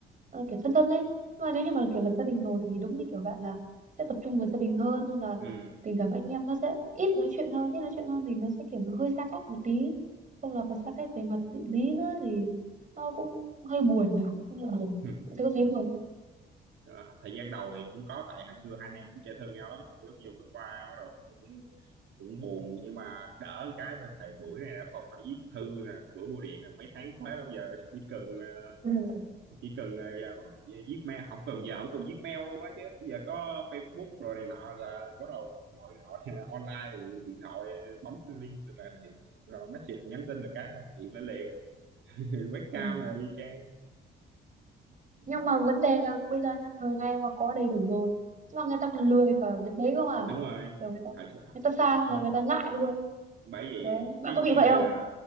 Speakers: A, on the right; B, on the right.
A: ờ, kiểu thân thân ấy nhưng mà nếu như mà kiểu lập gia đình rồi thì đúng như kiểu bạn là sẽ tập trung vào gia đình hơn hoặc là
B: ừ
A: tình cảm anh em nó sẽ ít nói chuyện hơn ít nói chuyện hơn thì nó sẽ kiểu nó hơi xa cách một tí không là còn xa cách về mặt địa lý nữa thì nó cũng hơi buồn nhỉ hơi buồn
B: <laughs>
A: bạn thấy có thấy
B: Ừ.
A: buồn không
B: Ờ, thời gian đầu thì cũng có tại hồi xưa hai anh em cũng chơi thân nhau lắm lúc nhiều lúc qua bắt đầu cũng cũng buồn nhưng mà đỡ một cái mà thầy buổi này đã còn phải viết thư nè gửi bưu điện là mấy tháng tới bây giờ chỉ cần ờ,
A: ừ.
B: chỉ cần ờ, viết mail không cần giờ không cần viết mail luôn á chứ giờ có Facebook rồi này nọ là bắt đầu gọi gọi <laughs> online điện thoại bấm link từ này này. rồi message nhắn tin là cái chuyện lên liền <laughs> webcam
A: ừ.
B: rồi y chang ừ.
A: nhưng mà vấn đề là bây giờ nhá, thời nay mà có đầy đủ rồi nhưng mà người ta còn lười cả việc đấy cơ mà
B: Ừ, đúng rồi
A: kiểu người ta
B: thời sự-
A: người ta xa
B: Mà-
A: xong là người ta ngại luôn
B: bởi vậy
A: đấy bạn
B: cái
A: có bị
B: cái
A: vậy
B: gì
A: không
B: à,